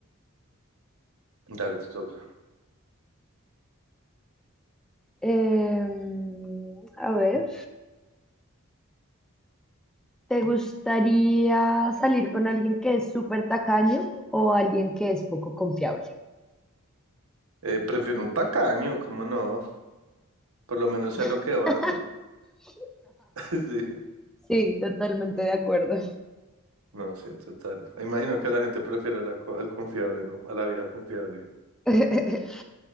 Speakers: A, on the right; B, in the centre.
A: Dale, te toca.
B: Em, a ver, ¿te gustaría salir con alguien que es súper tacaño o alguien que es poco confiable?
A: Eh, prefiero un tacaño, ¿cómo no? Por lo menos sea
B: <laughs>
A: lo que va, ¿no? <laughs> Sí.
B: Sí, totalmente de acuerdo.
A: No sé, total. Imagino que la gente prefiere la co- al confiable, ¿no? A la vieja confiable.
B: <laughs>